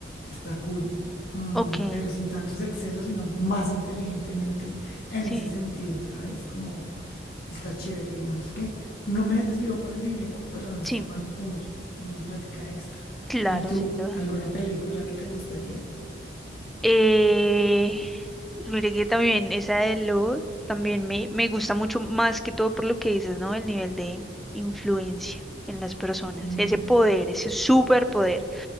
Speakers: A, on the left; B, in the centre.
A: está cool. Mm,
B: Ok,
A: pero sin tantos excesos, sino más inteligentemente en
B: sí,
A: ese sentido, ¿sabes? Como está chévere, digamos que no me desvivo por el dinero, pero no está
B: sí,
A: mal unos, una plática extra.
B: claro,
A: ¿Y tú,
B: sin duda.
A: alguna película que te gustaría?
B: Eh, mire que también esa de lobo también me, me gusta mucho más que todo por lo que dices, ¿no? El nivel de influencia en las personas,
A: Mm.
B: ese poder, ese superpoder.